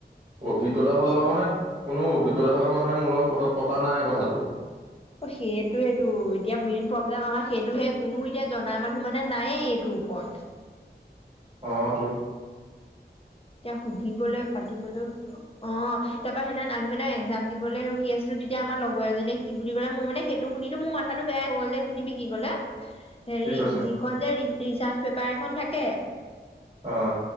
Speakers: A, on the right; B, on the left.
A: অভিজ্ঞতাৰ ফালৰ পৰা মানে, কোনো অভিজ্ঞতা থকা মানুহে মোৰ লগত পতা নাই কথাটো।
B: অ সেইটোৱেইটো। এতিয়া, মেইন প্ৰব্লেম আমাৰ সেইটোহে কোনো এতিয়া জনা মানুহ মানে নায়েই এইটোৰ ওপৰত।
A: অটো'।
B: এতিয়া সুধিবলে পাতিবলৈ অ' তাৰ পৰা সেইদিনা আমি মানে একজাম দিবলে ৰখি আছিলো তেতিয়া আমাৰ লগৰ এজনীয়ে কি বুলি কলে মোৰানে সেইটো শুনো মোৰ মথাটো বেয়া হৈ গ'লে, শুনিবি কি ক'লে? হেৰি
A: কি কৈছে
B: যিখন যে ৰিচাৰ্চ পেপাৰ এখন থাকে।
A: অ'